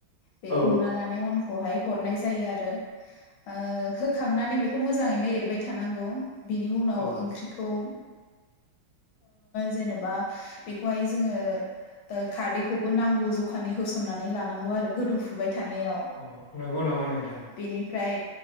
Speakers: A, on the left; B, on the left.
A: बे
B: औ
A: उनना लानाय अनखौ खौहाय हरनाय जायो आरो ओ होखांनानै बेखौ मोजाङैनो एरबाय थानांगौ। बेनि उनाव
B: अ
A: ओंख्रिखौ जेनेबा बेखौहाय जोङो खारदैखौबो नांगौ जखानि होसननानै लानांगौ आरो गोदौफुबाय थानायाव
B: अ नंगौ नामा नोंथां
A: बेनिफ्राय